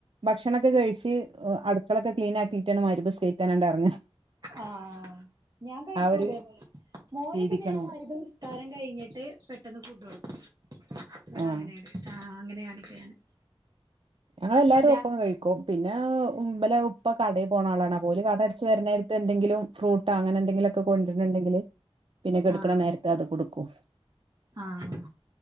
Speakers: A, on the right (about 60°); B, on the right (about 40°).
A: ഭക്ഷണൊക്കെ കഴിച്ച് അടുക്കളൊക്കെ ക്ലീൻ ആക്കിയിട്ടാണ് മരിബ്ഇസ്കേറിച്ചാണാണ്ടഎറങ്ങ
B: ആഹ് ഞാൻ കഴിക്കൂലാ
A: ഒരു
B: ഇതേപോലെ മോന്
A: രീതിക്കാണ്
B: പിന്നെ ഞാൻ
A: പോവാ
B: മരിബ് കാരം കഴിഞ്ഞിട്ട് പെട്ടെന്ന് ഫുഡ് കൊടുക്കും ഇവിട
A: ആഹ്
B: അങ്ങനെയാണ് ആഹ് അങ്ങനെയാണിവിടെ ഞാന്
A: ഞങ്ങളെല്ലാവരും
B: രാ
A: ഒപ്പം കഴിക്കും പിന്നെ ഉം ഇബലെ ഇപ്പ കടയിൽ പോണ ആളാണാണ് ഓല് കട അടച്ച് വരണായി എന്തങ്കിലും ഫ്രൂട്ടാ അങ്ങനെന്തെങ്കിലുംക്കെ കൊണ്ടിരണ്ടെങ്കില് പിന്നെ കെടുക്കണ
B: ആഹ്
A: നേരത്ത് അത് കൊടുക്കും
B: ആഹ്